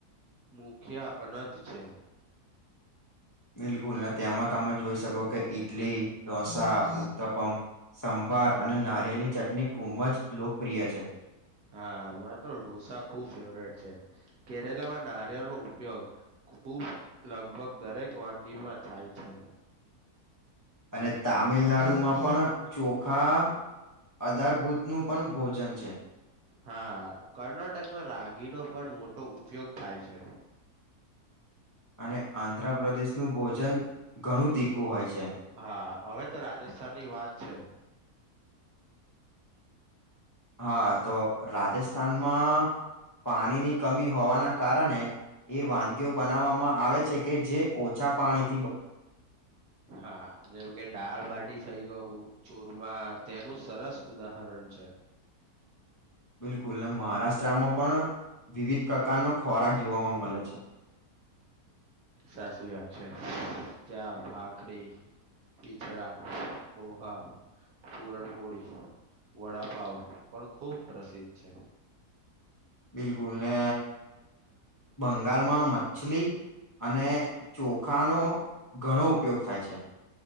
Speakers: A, on the right (about 70°); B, on the left (about 20°).
A: મુખ્યા અનજ છે,
B: બિલકુલ તેમાં તમે જોઈ શકો કે ઈડલી ઢોસા ઉત્તપમ બાર અને નારિયેની ચટણી ખૂબ જ લોકપ્રિય છે,
A: હા, મા તો ઢોસા ખુબ ફેવરેટ છે, કેરેલામાં નારિયળ નો ઉપયોગ ખૂબ લગભગ દરેક વાનગીમાં થાય છે.
B: અને તામિલનાડુમાં પણ ચોખા અધારભૂતનું પણ ભોજન છે.
A: હા કર્ણાટકમાં રાગીનો પણ મોટો ઉપયોગ થાય છે.
B: અને આંધ્રપદેશનું ભોજન ઘણું તીખું હોય છે.
A: હા, હવે તો રાજસ્થાનની વાત છે. <inaudible>
B: હા, તો રાજસ્થાનમાં પાણીની કમી હોવાના કારણે એ વાનગીઓ બનાવવામાં આવે છે કે જે ઓછા પાણી
A: હા, જેમ કે દાળબટી થઈ ગયું ચૂરમા તેનું સરસ ઉદાહરણ છે.
B: બિલકુલ. ને મહારાષ્ટ્રામાં પણ વિવિધ પ્રકારનો ખોરાક જોવામાં મલે છે.
A: સાચી વાત છે. ચા-ભાખરી પિછડા, પોહા પૂરણપોળી, વડાપાવ પણ ખુબ પ્રસિદ્ધ છે.
B: બિલકુલને
A: <inaudible>
B: બંગાળમાં મછલી અને ચોખાનો ઘણો ઉપયોગ થાય છે.